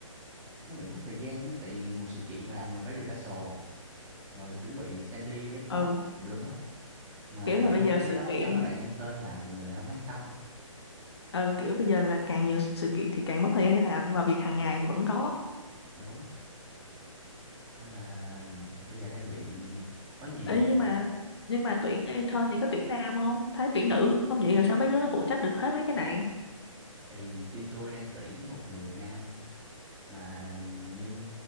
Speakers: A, on the right; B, on the left.
A: nó bị mất thời gian đó, tại vì một sự kiện làm là phải rehearsal rồi chuẩn bị sandy backdrop
B: Ừ,
A: tùm lum hết mà
B: kiểu là
A: đưa
B: bây giờ
A: mấy
B: sự
A: cái đó
B: kiện,
A: cho mấy bạn intern làm thì mình lại không an tâm
B: ừ, kiểu bây giờ là càng nhiều sự kiện thì càng mất thời gian để làm nhưng mà việc hàng ngày thì vẫn có.
A: đúng nên là bây giờ đang bị quá nhiều
B: Ê, nhưng mà nhưng mà tuyển intern thì có tuyển nam không? Thấy tuyển nữ không vậy rồi sao mấy đứa nó phụ trách được hết mấy cái này?
A: thì team tôi đang tuyển một người nam Mà như